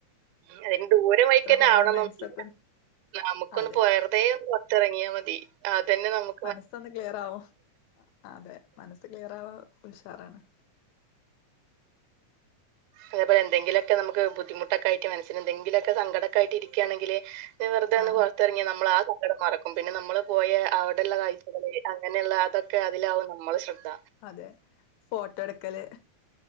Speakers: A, on the right (about 85°); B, on the left (about 80°).
A: മ് അതിന് ദൂരം വൈക്കന്നെ
B: പോയ
A: ആവണന്നൊന്നൂല്ല.
B: മനസ്സൊക്കെ
A: നമുക്കൊന്ന്
B: അതെ
A: പോയ <unintelligible> വെർതേ ഒന്ന്‌ പൊർത്തെർങ്യാ മതി അതെന്നെ നമു
B: മനസ്സൊന്ന് ക്ലിയറാവും. അതെ മനസ്സ് ക്ലിയറാവാം ഉഷാറാണ്.
A: അതേ പോലെ എന്തെങ്കിലൊക്കെ നമ്മക്ക് ബുദ്ധിമുട്ടൊക്കായ്റ്റ് മനസ്സിന് എന്തെങ്കിലൊക്കെ സങ്കടൊക്കായ്റ്റ് ഇരിക്കാണെങ്കില് വെർതെന്ന്
B: ആഹ്
A: പൊർത്തെർങ്ങി നമ്മള് ആ സങ്കടം മറക്കും പിന്നെ നമ്മള് പോയ അവടെള്ള കാഴ്ചകള് അങ്ങനെള്ള അതൊക്കെ അതിലാവും നമ്മളെ ശ്രദ്ധ
B: അതെ ഫോട്ടോ ട്ക്കല്